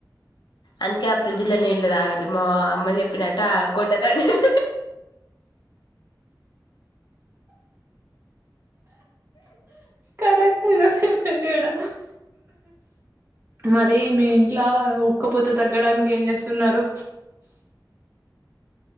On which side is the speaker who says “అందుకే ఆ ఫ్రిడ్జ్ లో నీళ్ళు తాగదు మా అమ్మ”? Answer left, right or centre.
Left